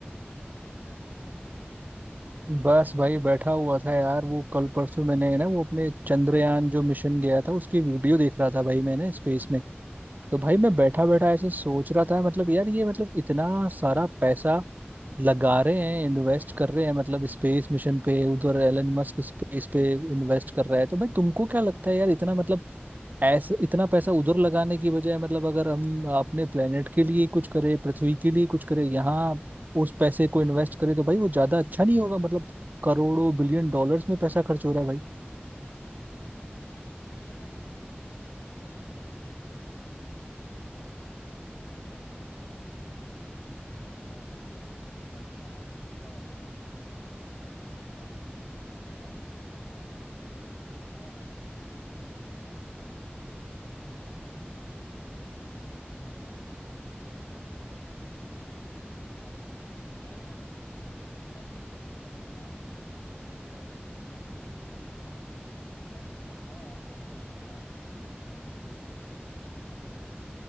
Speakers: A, on the left; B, on the right.
A: Hello भाई कैसे हो
B: बस भाई बैठा हुआ था यार वो कल परसों मैंने है ना वो अपने चंद्रयान जो मिशन गया था उसकी वीडियो देख रहा था भाई मैंने स्पेस में तो भाई
A: अच्छा
B: मैं बैठा बैठा ऐसे सोच रहा था मतलब यार ये मतलब इतना सारा पैसा लगा रहे हैं इन्वेस्ट कर रहे हैं मतलब स्पेस मिशन पे उधर एलन मस्क स्पेस पे इन्वेस्ट कर रहा है तो भाई तुमको क्या लगता है यार इतना मतलब ऐसा इतना पैसा उधर लगाने की बजाय मतलब अगर हम अपने प्लेनेट के लिए कुछ करें पृथ्वी के लिए कुछ करें यहाँ उस पैसे को इन्वेस्ट करें तो भाई वो ज्यादा अच्छा नहीं होगा मतलब करोड़ों बिलियन डॉलर्स में पैसा खर्च हो रहा है भाई
A: यार मुझे लगता है कि अगर देखो एक एक ना देश के बीच में प्रतिस्पर्धा होती है कि कौन मतलब कितना उसकी साइंस कहाँ कितना आगे बढ़ चुकी है ये भी लगा लो और स्पेस में जाने का यार हमें तो फायदा है ही है देखो एक नासा का स्पेस स्टेशन है एक बहुत बड़ा उसके स्पेस स्टेशन होने की वजह से वो धरती के किसी भी कोने पर नजर रख सकता है अगर ऐसा ही स्पेस स्टेशन इंडिया भी ये अपना बना लेता है तो कितना बेनिफिट होगा मुझे लगता है कि भाई ए, हाँ आपको धरती पर ध्यान देने की जरूरत है पर वो ये चीजें भी जरूरत है